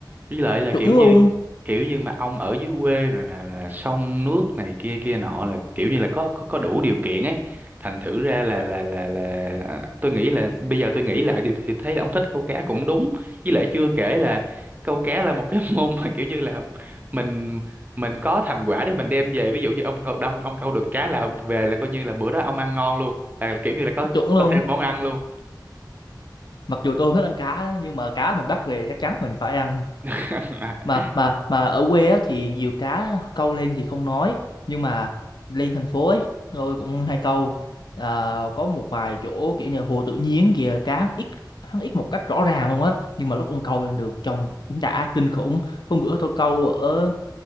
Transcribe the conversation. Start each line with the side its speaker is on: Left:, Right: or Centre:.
Right: với lại là kiểu
Left: chuẩn
Right: như
Left: luôn
Right: kiểu như mà ông ở dưới quê rồi nè là sông nước này kia kia nọ là kiểu như là có có, có đủ điều kiện ấy thành thử ra là là là là à, tôi nghĩ là bây giờ tôi nghĩ lại thì, thì thấy là ông thích câu cá cũng đúng với lại chưa kể là câu cá là một cái <laughs> môn mà kiểu như là mình mình có thành quả để mình đem về ví dụ như ông câu đông ông câu được cá là về là coi như là bữa đó ông ăn ngon luôn là kiểu như là có
Left: chuẩn luôn
Right: có thêm món ăn luôn
Left: mặc dù tôi không thích ăn cá nhưng mà cá mình bắt về chắc chắn mình phải ăn
Right: <laughs>
Left: mà mà mà ở quê á, thì nhiều cá câu lên thì không nói nhưng mà lên thành phố ấy tôi cũng hay câu à, có một vài chỗ kiểu như hồ tự nhiên kìa cá hắn ít hắn ít một cách rõ ràng luôn á nhưng mà lúc ông câu lên được trông đã kinh khủng hôm bữa tôi câu ở